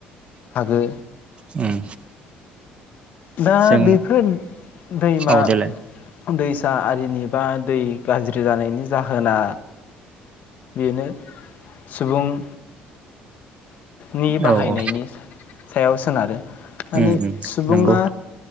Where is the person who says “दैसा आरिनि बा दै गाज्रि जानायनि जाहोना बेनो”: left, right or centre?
Left